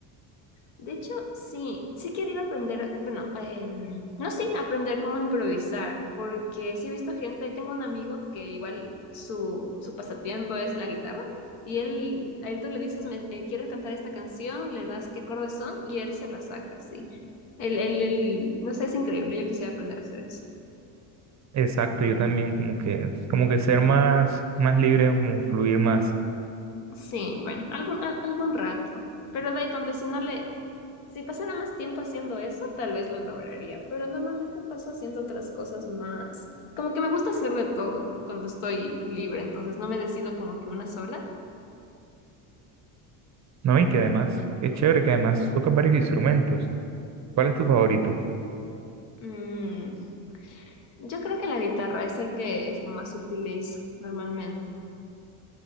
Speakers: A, on the left (about 75°); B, on the right (about 35°).
A: De hecho, sí, sí he querido aprender, bueno, em, no sí, aprender cómo improvisar, porque sí he visto gente, tengo un amigo que igual su, su pasatiempo es la guitarra, y él, a él tú le dices, me, eh, quiero cantar esta canción, le das qué acordes son, y él se la saca, sí. Él, él, él- no sé, es increíble, yo quisiera aprender a hacer eso.
B: Exacto, yo también como que como que ser más más libre, como fluir más,
A: Sí, bueno, algún, al- algún rato. Pero de ahí ponte, si no le, Si pasara más tiempo haciendo eso, tal vez lo lograría, pero normalmente paso haciendo otras cosas más. Como que me gusta hacer de todo cuando estoy libre, entonces no me decido como que una sola.
B: ¿no? Y que además, qué chévere que además tocas varios instrumentos. ¿Cuál es tu favorito?
A: Mm, yo creo que la guitarra es el que, el que más utilizo normalmente.